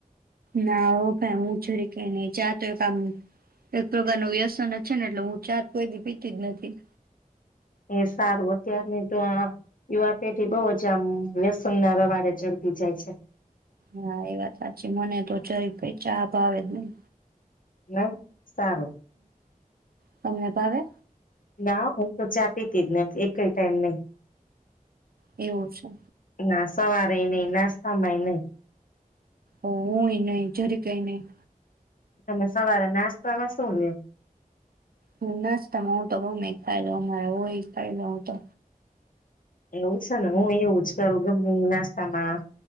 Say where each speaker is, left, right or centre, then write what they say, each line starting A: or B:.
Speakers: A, on the right; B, on the left.
A: ના ઓ ભાઈ હું છોરી કઈ નહી ચા તો એક આમ એક પ્રકાર ન વ્યસન જ છે ને એટલે હું ચાત કોઈ દી‌ પીતી જ નથી.
B: એ સારું અત્યારની તો આ, યુવા પેઢી બહ જ આમ વ્યસન ના રવાડે ચડતી જાય છે.
A: હા એ વાત સાચી મને તો જરી કઈ ચા આવેે જ નહીં.
B: ના સારું.
A: તમને ભાવે?
B: ના હું તો ચા પીતી જ નથી એ કઈ ટાઈમ નહી.
A: એવું છે.
B: ના સવારે નહી નાસ્તામાંય નહી.
A: ઓ હુંય નહ જરી કઈ નહી.
B: તમે સવારે નાસ્તામાં શું લે?
A: હુ નાસ્તામાં હું તો બ મખાય લો મારે હ ખાઈ લઉ હું તો.
B: એવું છે ને હું એવું જ કરું ગમી નાસ્તામાં,